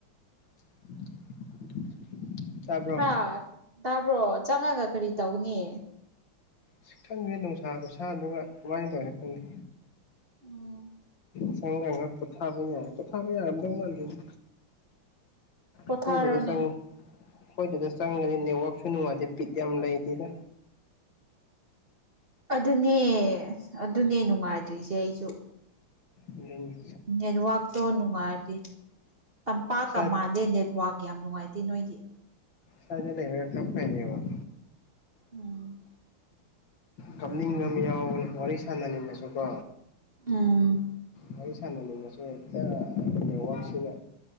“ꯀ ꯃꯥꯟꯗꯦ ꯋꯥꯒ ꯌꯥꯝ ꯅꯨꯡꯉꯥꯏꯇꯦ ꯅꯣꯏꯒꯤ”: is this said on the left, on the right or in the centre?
Right